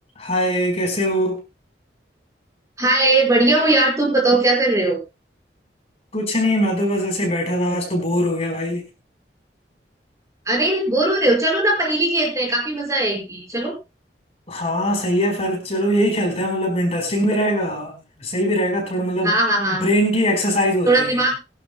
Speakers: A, on the left; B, on the right.
A: हाय कैसे हो
B: हाय बढ़िया हूँ यार तुम बताओ क्या कर रहे हो
A: कुछ नहीं मैं तो बस ऐसे ही बैठा था आज तो बोर हो गया भाई
B: अरे बोर हो रहे हो चलो ना पहेली खेलते हैं काफी मजा आएगी चलो
A: हाँ सही है फिर चलो यही खेलते हैं मतलब इंटरेस्टिंग भी रहेगा सही भी रहेगा थोड़ा मतलब
B: हाँ हाँ हाँ
A: ब्रेन की एक्सरसाइज हो जाएगी
B: थोड़ा दिमाग